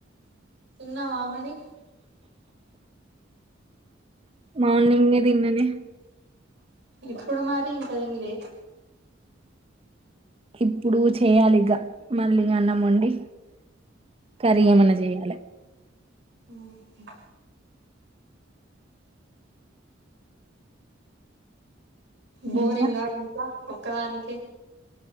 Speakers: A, on the right; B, on the right.
A: తిన్నావా మరి
B: మార్నింగ్ ఏ తిన్నా నేను
A: ఇప్పుడు మరి ఇంకా ఇన్ లే
B: ఇప్పుడు చేయాలి ఇగ మళ్ళీ అన్నం వండి కర్రీ ఏమన్నా చేయాలె
A: ఉహు బోరింగ్
B: ఇంగా?
A: అంత ఒక్కదానికి